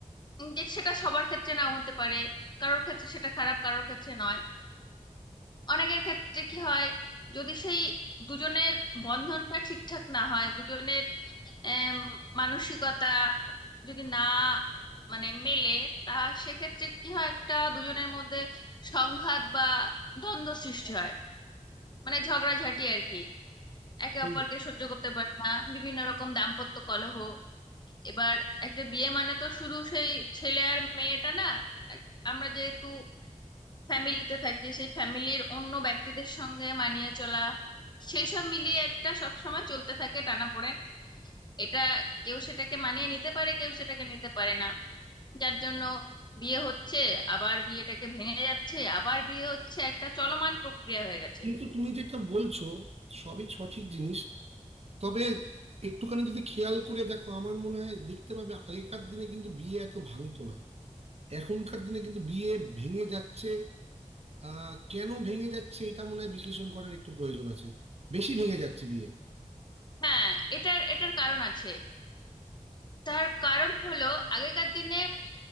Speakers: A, on the left (about 35°); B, on the right (about 55°).
A: উম, যে সেটা সবার ক্ষেত্রে নাও হতে পারে কারোর ক্ষেত্রে সেটা খারাপ কারোর ক্ষেত্রে নয় অনেকের ক্ষেত্রে কি হয় যদি সেই দুজনের বন্ধনটা ঠিকঠাক না হয় দুজনের আম, মানসিকতা যদি না মানে মেলে তা সেক্ষেত্রে কি হয় একটা দুজনের মধ্যে সংঘাত বা দ্বন্দ্ব সৃষ্টি হয় মানে ঝগড়াঝাটি আর কি একে
B: হুম।
A: অপরকে সহ্য করতে পারে না বিভিন্ন রকম দাম্পত্য কলহ এবার একটা বিয়ে মানে তো শুধু সেই ছেলে আর মেয়েটা না এক- আমরা যেহেতু ফ্যামিলিতে থাকি সেই ফ্যামিলির অন্য ব্যক্তিদের সঙ্গে মানিয়ে চলা সেসব মিলিয়ে একটা সবসময় চলতে থাকে টানাপোড়েন এটা কেউ সেটাকে মানিয়ে নিতে পারে কেউ সেটাকে নিতে পারে না যার জন্য বিয়ে হচ্ছে আবার বিয়েটাকে ভেঙে যাচ্ছে আবার বিয়ে হচ্ছে একটা চলমান প্রক্রিয়া হয়ে গেছে
B: কিন্তু তুমি যেটা বলছো সবই সঠিক জিনিস তবে একটুখানি যদি খেয়াল করে দেখো আমার মনে হয় দেখতে পাবে আগেকার দিনে কিন্তু বিয়ে এত ভাঙতো না এখনকার দিনে কিন্তু বিয়ে ভেঙে যাচ্ছে আহ কেন ভেঙে যাচ্ছে এটা মনে হয় বিশ্লেষণ করার একটু প্রয়োজন আছে বেশি ভেঙে যাচ্ছে বিয়ে
A: হ্যাঁ এটার এটার কারণ আছে তার কারণ হলো আগেকার দিনে